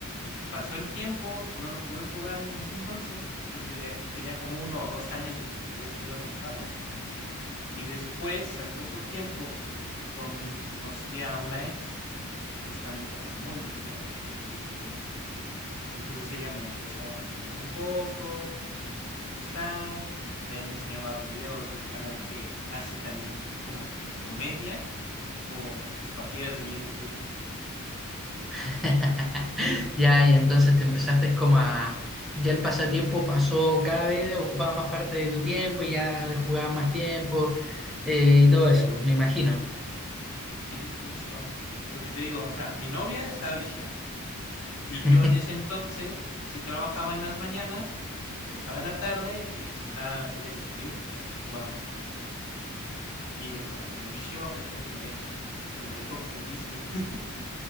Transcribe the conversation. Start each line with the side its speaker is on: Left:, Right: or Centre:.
Left: Pasó el tiempo, no lo pude jugar en ese entonces. Creo que ya tenía como uno o dos años de que se había sido lanzado y después, al poco tiempo, conocí a una ex que justamente era muy viciada a League of Legends. Entonces ella me empezó a enseñar un poco, y empezó a mí a gustar. También me enseñaba videos de un canal que hace también como que comedia con sus partidas de League of Legends.
Centre: <laughs> Ya, y entonces te empezaste como a, ya el pasatiempo pasó cada vez, ocupaba más parte de tu tiempo y ya le jugaba más tiempo eh, y todo eso, me imagino.
Left: Sí, justo. Porque te digo, o sea, mi novia estaba viciada. Y
Centre: <laughs>
Left: yo en ese entonces sí trabajaba en las mañanas, regresaba en la tarde y si está ella disponible, pues ya jugábamos los dos Y ella fue la que me envició a pesar de que me dejó, pero me dejó con el vicio <laughs>